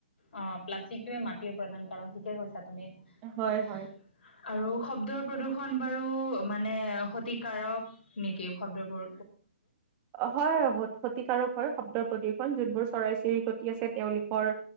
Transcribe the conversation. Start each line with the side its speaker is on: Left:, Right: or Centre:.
Left: অ', প্লাষ্টিকটোয়ে মাটিৰ প্ৰধান কাৰণ ঠিকে কৈছে। তুমিআৰু
Right: হয় হয়
Left: শব্দৰ প্ৰদূষণ বাৰু মানে ক্ষতিকাৰক নেকি, শব্দবোৰ?
Right: হয় ক্ষতিকাৰক হয় শব্দৰ প্ৰদৰ্শন যোনবোৰ চৰাই চিৰিকটি আছে তেওঁলোকৰ